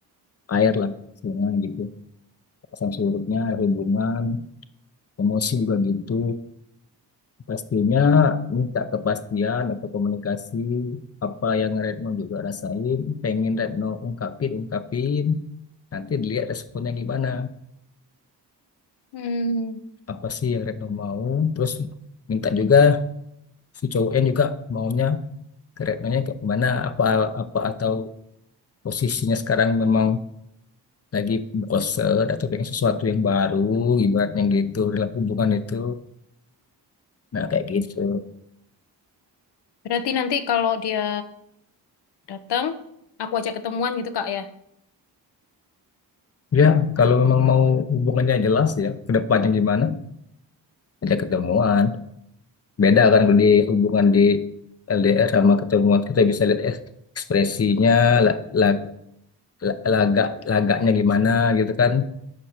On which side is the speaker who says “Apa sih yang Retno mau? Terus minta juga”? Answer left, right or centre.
Left